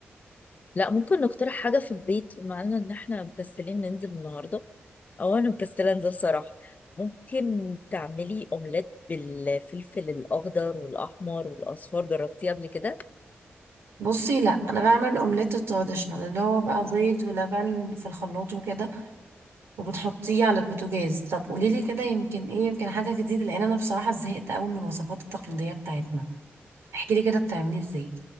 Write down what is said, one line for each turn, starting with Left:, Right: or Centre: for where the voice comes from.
Left: لا ممكن نقترح حاجه في البيت بما ان إن احنا مكسلين ننزل النهارده او انا مكسله انزل صراحه ممكن تعملي اومليت بالفلفل الاخضر والاحمر والاصفر جربتيه قبل كده
Right: بصي لأ أنا بعمل أومليت التراديشنال اللي هو بقى بيض ولبن في الخلاط وكده وبتحطيه على البوتاجاز طب قوليلي كده يمكن ايه يمكن حاجة جديدة لأن أنا بصراحة زهقت أوي من الوصفات التقليدية بتاعتنا احكيلي كده بتعمليه ازاي